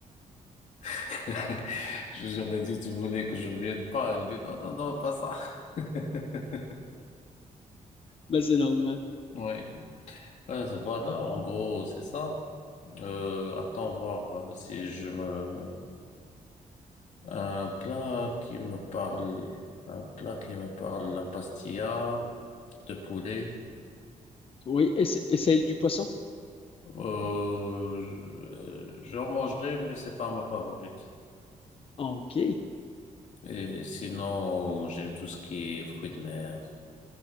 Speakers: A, on the left; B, on the left.
A: <laughs> J'aurais dit, tu voulais que je vienne pas. Elle me dit, non, non, non, pas ça. <laughs>
B: Bah, c'est normal.
A: Oui. Ben, voilà, en gros, c'est ça. Euh, attends voir euh, si je me, Un plat qui me parle, un plat qui me parle, la pastilla de poulet.
B: Oui, et, c- et celle du poisson?
A: Euh, je- euh, j'en mangerai, mais c'est pas ma favorite.
B: Ah, ok.
A: Et sinon, j'aime tout ce qui est fruits de mer,